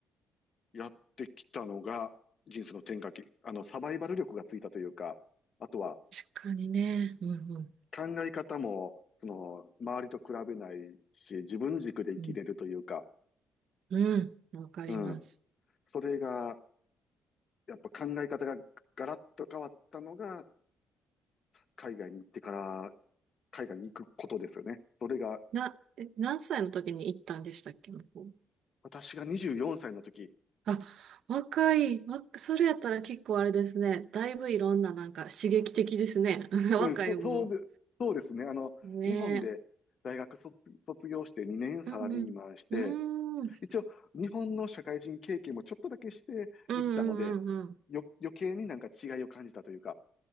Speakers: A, on the left (about 50°); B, on the right (about 65°).
A: やってきたのが、人生の転換期、あの、サバイバル力がついたというか、あとは
B: 確かにね、うん、うん、
A: 考え方も、その、周りと比べないし、自分軸で生きれるというか、
B: うん、うんわかります。
A: うん。それが、やっぱ考え方がガラッと変わったのが、海外に行ってから、海外に行くことですよね。それが、
B: な、え、何歳の時に行ったんでしたっけ、向こう
A: 私が24歳の時、
B: あ、若い、わ、それやったら結構あれですね。だいぶいろんななんか刺激的ですね。<laughs>
A: うん、
B: 若い分。
A: そ、そうで、そうですね。あの、
B: ね
A: 日本で大学卒、卒業して2年サラリーマンして、
B: え。うんうん。うーん。
A: 一応日本の社会人経験もちょっとだけしていったので、
B: うんうんうんうん。
A: よ、余計になんか違いを感じたというか、